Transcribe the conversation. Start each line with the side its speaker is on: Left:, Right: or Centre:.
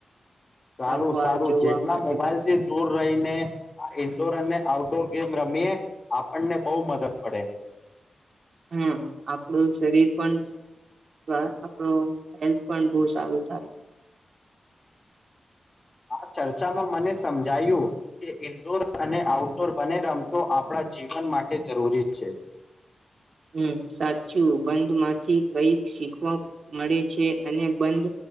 Left: સારું
Right: રમવા
Left: સારું
Right: જોવા
Left: જેટલા
Right: માટે
Left: મોબાઈલ
Right: પણ
Left: થી દૂર રહી ને ઇડોર અને આઉટડોર ગેમ રમીએ આપણને બહુ મદદ પડે
Right: હમ આપણુ શરીર પણ આપણો હેલ્થ પણ બહુ સારું થાય
Left: આ ચર્ચામા મને સમજાયુ કે ઈન્ડોર અને આઉટડોર બને રમતો આપણા જીવન માટે જરૂરી છે
Right: હમ સાચુ બંધ માંથી કઈક શીખવા મળે છે અને બંધ